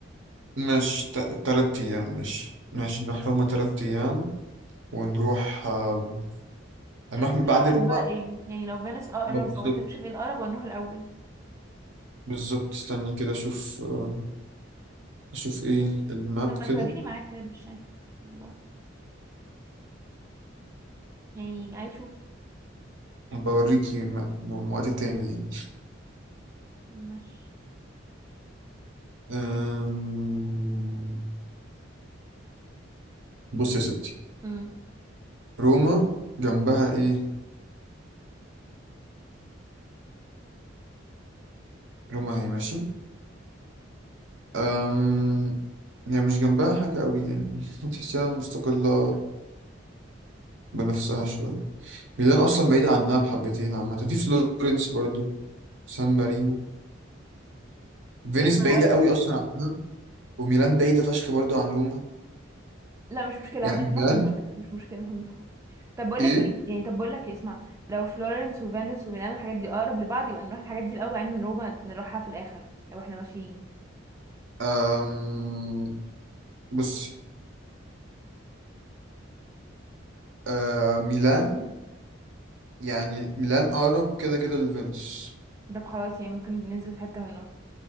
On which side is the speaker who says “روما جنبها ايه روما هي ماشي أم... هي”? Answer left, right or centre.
Right